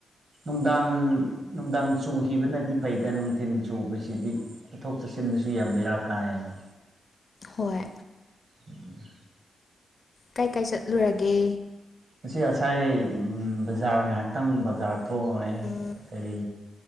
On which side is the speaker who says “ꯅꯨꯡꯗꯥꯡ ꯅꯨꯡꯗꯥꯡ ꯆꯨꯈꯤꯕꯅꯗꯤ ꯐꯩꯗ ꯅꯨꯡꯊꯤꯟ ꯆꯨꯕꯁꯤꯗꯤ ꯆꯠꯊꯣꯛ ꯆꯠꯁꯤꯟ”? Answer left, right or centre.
Right